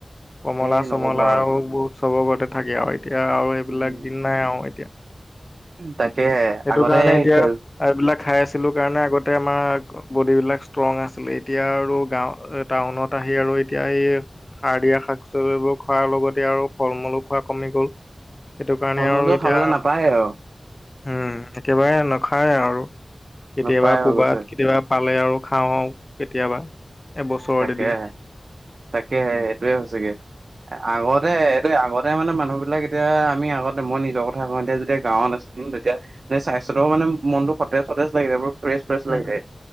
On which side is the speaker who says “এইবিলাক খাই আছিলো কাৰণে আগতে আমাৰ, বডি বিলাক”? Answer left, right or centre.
Left